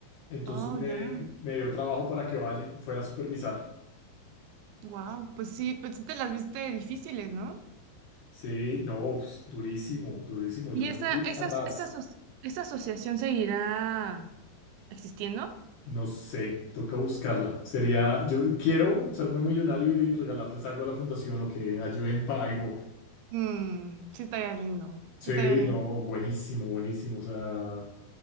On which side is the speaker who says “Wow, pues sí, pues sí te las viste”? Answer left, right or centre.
Right